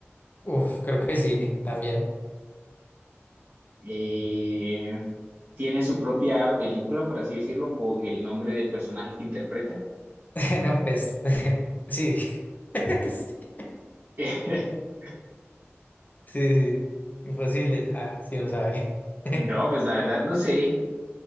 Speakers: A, on the left; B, on the right.
A: Uf, creo que sí, también.
B: Eh, tiene su propia película, por así decirlo, con el nombre del personaje que interpreta.
A: <laughs> No, pues. <laughs> Sí. <laughs>
B: <laughs>
A: Sí, sí. Imposible, ya, si no sabe. <laughs>
B: No, pues la verdad no sé.